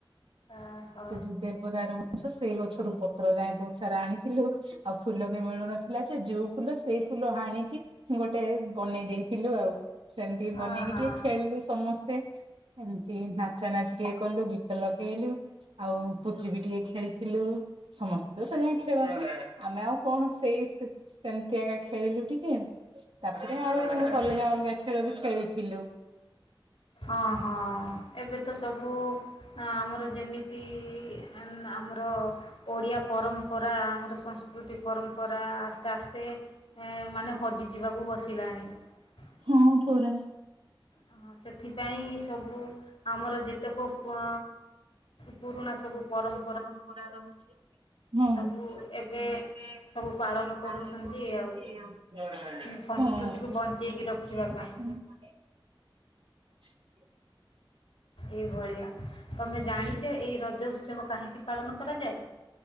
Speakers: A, on the left; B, on the right.
A: ଓହୋ
B: ସେ ଯୋଉ ଦେବଦାରୁ ଗ ଛ ସେଇ ଗଛ ରୂପ ପତ୍ର ଯାଏ ବହୁତ ସାରା ଆଣିଥିଲୁ। ଆଉ ଫୁଲ ବି ମିଳୁନଥିଲା ଯେ ଯଉ ଫୁଲ ସ ସେଇ ଫୁଲ ହାଣିକି ଗୋଟେ ବନେଇ ଦେଇେଇଥିଲୁ ଆଉ। ସେମିତି ବନେଇକି
A: ଓହୋ
B: ଟିକେ ଖେଳିଲୁ ସମସ୍ତେ। ଏମିତି ନାଚା ନାଚି ଟିକେ କଲୁ, ଗୀତ ଲଗେଇଲୁ। ଆଉ ପୁଚି ବି ଟିକେ ଖେଳିଥିଲୁ। ସମସ୍ତେ ତ ସେ ଯାଏ ଖେଳନ୍ତି ଆମେ ଆଉ କଣ ସେଇ ସେମିତି ଆକା ଖେଳିଲୁ ଟିକେ। ତାପ ଆଉ
A: ଆଚ୍ଛା
B: ଅଲଗା ଅଲଗା ଖେଳ ବି ଖେଳିଥିଲୁ।
A: ଅ ହଁ ଏବେ ତ ସବୁ ଆମର ଯେମିତି ଆ ଆମର ଓଡ଼ିଆ ପରମ୍ପରା ଆମର ସଂସ୍କୃତି ପରମ୍ପରା ଆସ୍ତେ ଆସ୍ତେ ଏ ମାନେ ହଜିଯିବାକୁ ବସିଲାଣି ।
B: ହଁ ପରା।
A: ହ ସେଥିପାଇଁ ସବୁ ଆମର ଯେତେକ ପ ପୁରୁଣା ସବୁ ପରମ୍
B: ହଁ।
A: ସବୁ ଏବେ ସବୁ ପାଳନ କରୁଛନ୍ତି ଆଉ କିନ୍ତୁ ସଂସ୍କୃତିକୁ ବଞ୍ଚେଇକି ରଖିବା ପାଇଁ
B: <inaudible>
A: ଏଇଭଳିଆ ତମେ ଜାଣିଛ ଏଇ ରଜ ଉତ୍ସବ କାହିଁକି ପାଳନ କରାଯାଏ?